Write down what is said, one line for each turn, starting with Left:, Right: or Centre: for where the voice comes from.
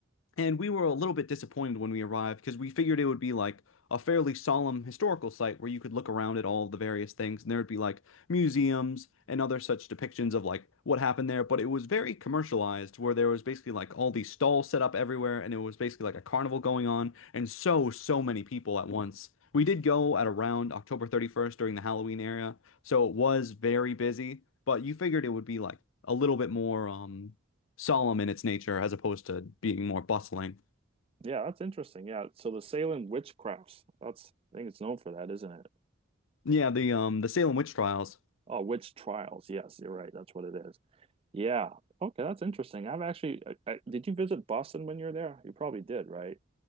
Left: And we were a little bit disappointed when we arrived because we figured it would be like a fairly solemn historical site where you could look around at all the various things and there would be like museums and other such depictions of like what happened there. But it was very commercialized where there was basically like all these stalls set up everywhere and it was basically like a carnival going on and so, so many people at once. We did go at around October 31st during the Halloween era, so it was very busy, but you figured it would be like a little bit more um solemn in its nature as opposed to being more bustling.
Right: Yeah, that's interesting. Yeah, so the Salem witchcrafts, that's I think it's known for that, isn't it?
Left: Yeah, the um the Salem witch trials.
Right: Oh, witch trials. Yes, you're right. That's what it is. Yeah. Okay, that's interesting. I've actually, I, I, did you visit Boston when you were there? You probably did, right?